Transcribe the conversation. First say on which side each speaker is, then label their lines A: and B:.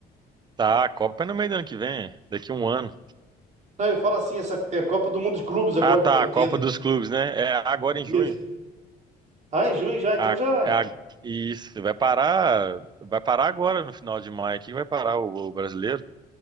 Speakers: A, on the right (about 25°); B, on the right (about 45°).
A: Tá, a Copa é no meio do ano que vem, é. daqui um ano.
B: Não, eu falo assim, essa é, Copa do Mundo de Clubes agora
A: Ah, tá,
B: que vai
A: a
B: ter.
A: Copa
B: Do,
A: dos Clubes, né? É agora em
B: isso.
A: junho.
B: Ah, em junho já, então
A: A,
B: já.
A: é a- isso, vai parar, vai parar agora no final de maio aqui, vai parar o, o brasileiro.